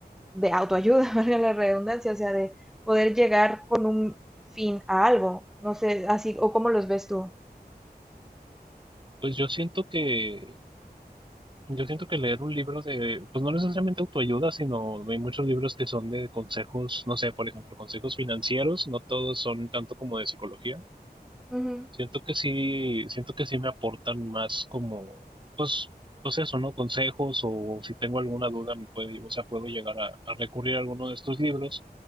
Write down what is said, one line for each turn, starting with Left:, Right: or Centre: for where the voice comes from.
Centre: de autoayuda, <laughs> valga la redundancia, o sea, de poder llegar con un fin a algo. No sé, así, o cómo los ves tú.
Right: Pues yo siento que, yo siento que leer un libro de, pues no necesariamente autoayuda, sino hay muchos libros que son de consejos, no sé, por ejemplo, consejos financieros, no todos son tanto como de psicología
Centre: Ujú,
Right: Siento que sí, siento que sí me aportan más como, pues, pues eso, ¿no? Consejos o si tengo alguna duda me puede, o sea, puedo llegar a, a recurrir a alguno de estos libros.